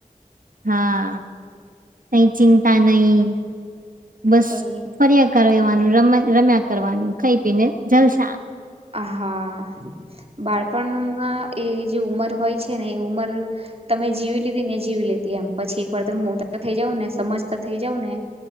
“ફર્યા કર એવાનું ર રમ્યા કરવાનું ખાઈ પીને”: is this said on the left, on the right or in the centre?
Right